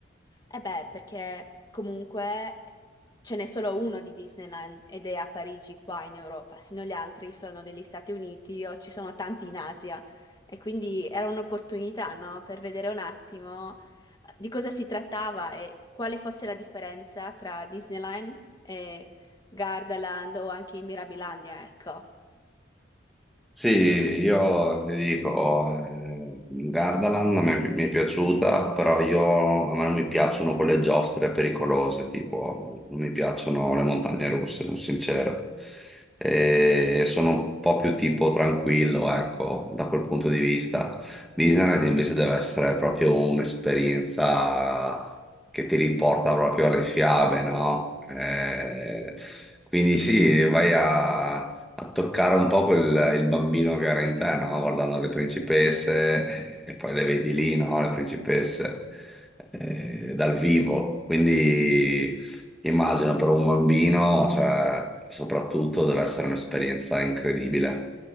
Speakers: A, on the left; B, in the centre.
A: Eh beh, perché comunque ce n'è solo uno di Disneyland ed è a Parigi qua in Europa, se no gli altri sono negli Stati Uniti o ci sono tanti in Asia. E quindi era un'opportunità, no? Per vedere un attimo eh, di cosa si trattava e quale fosse la differenza tra Disneyland e Gardaland o anche in Mirabilandia, ecco.
B: Sì, io ti dico, eh, Gardaland a me mi è piaciuta, però io, a me non mi piacciono quelle giostre pericolose, tipo non mi piacciono le montagne russe, sono sincero. E sono un po' più tipo tranquillo, ecco, da quel punto di vista. Disneyland invece deve essere proprio un'esperienza che ti riporta proprio alle fiabe, no? Eh, quindi sì, vai a a toccare un po' quel, il bambino che era in te, no? Guardando le principesse eh, e poi le vedi lì, no? Le principesse eh, dal vivo. Quindi immagino per un bambino, cioè, soprattutto deve essere un'esperienza incredibile.